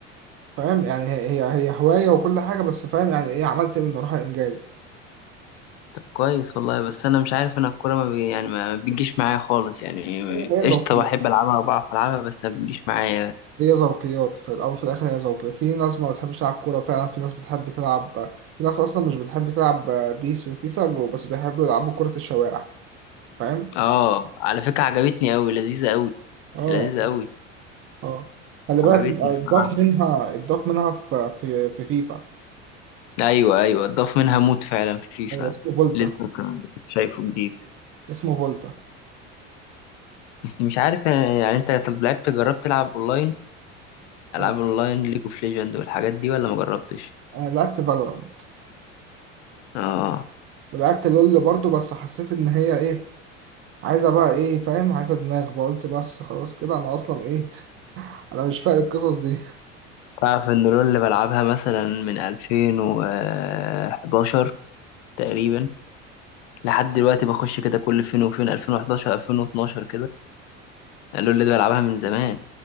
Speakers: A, on the right (about 35°); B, on the left (about 65°).
A: فاهم يعني هي هي هي هواية وكل حاجة بس فاهم يعني إيه عملت منه روح إنجاز
B: طب كويس والله بس انا مش عارف انا الكوره ما بي يعني ما بتجيش معايا خالص يعني
A: هو هواية
B: قشطه بحب العبها وبعرف العبها بس ما بتجيش معايا
A: هي ذوقيات في الأول وفي الآخر هي ذوقيات في ناس ما بتحبش تلعب كورة فعلا في ناس بتحب تلعب في ناس أصلا مش بتحب تلعب بيس وفيفا بس بيحبوا يلعبوا كرة الشوارع فاهم؟
B: اه على فكره عجبتني قوي لذيذه قوي
A: اه
B: لذيذة
A: اه
B: قوي
A: آه. خلي بالك
B: عجبتني
A: اتضاف
B: الصراحة
A: منها اتضاف منها في في في فيفا
B: ايوه ايوه اتضاف منها مود فعلا في فيفا
A: أيوة، اسمه فولتا
B: لسه ك- كنت شايفه جديد
A: اسمه فولتا
B: <laughs> بس مش عارف يعني, يعني انت طب لعبت جربت تلعب اونلاين العاب
A: آه.
B: اونلاين ليج اوف ليجند والحاجات دي ولا ما جربتش
A: أنا لعبت فالورانت
B: اه
A: ولعبت لول برضو بس حسيت إن هي إيه عايزة بقى إيه فاهم عايزة دماغ بقى قلت بس خلاص كده أنا أصلا إيه أنا مش فاهم القصص دي
B: تعرف ان لول اللي بلعبها مثلا من 2011 تقريبا لحد دلوقتي بخش كده كل فين وفين 2011 2012 كده لول اللي بلعبها من زمان